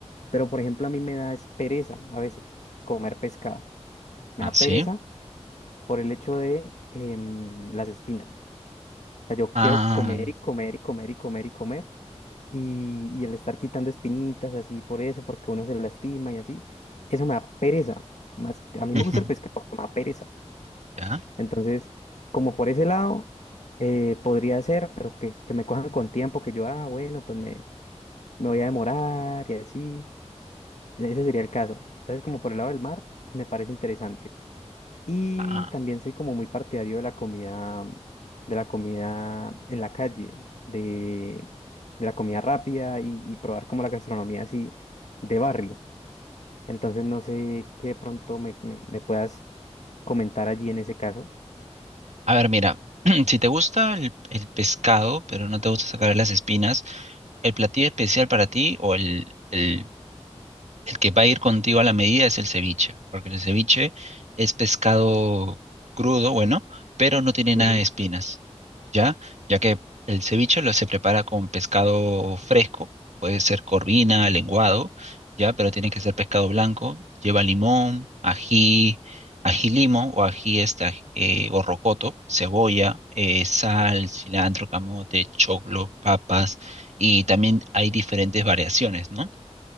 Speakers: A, on the left (about 80°); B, on the right (about 80°).
A: pero por ejemplo a mí me da es pereza a veces comer pescado. Me
B: Ah,
A: da
B: sí.
A: pereza por el hecho de em, las espinas. sea, yo quiero
B: Ah,
A: comer y comer y comer y comer y comer. Y, y el estar quitando espinitas así por eso, porque uno se lastima y así, eso me da pereza. Más, a
B: <laughs>
A: mí me gusta el pescado, pero me da pereza.
B: ya.
A: Entonces, como por ese lado, eh, podría ser, pero que, que me cojan con tiempo, que yo, ah, bueno, pues me, me voy a demorar y así. Ese sería el caso. Entonces, como por el lado del mar, me parece interesante. Y
B: Ah,
A: también soy como muy partidario de la comida, de la comida en la calle, de, de la comida rápida y, y probar como la gastronomía así de barrio. Entonces no sé qué de pronto me, me- me puedas comentar allí en ese caso.
B: a ver, mira, <clears throat> si te gusta el, el pescado, pero no te gusta sacar las espinas, el platillo especial para ti o el, el El que va a ir contigo a la medida es el ceviche, porque el ceviche es pescado crudo, bueno, pero no tiene
A: Ujú,
B: nada de espinas, ¿ya? Ya que el ceviche lo se prepara con pescado fresco, puede ser corvina, lenguado, ¿ya? Pero tiene que ser pescado blanco, lleva limón, ají, ají limo o ají esta, eh, o rocoto, cebolla, eh, sal, cilantro, camote, choclo, papas, y también hay diferentes variaciones, ¿no?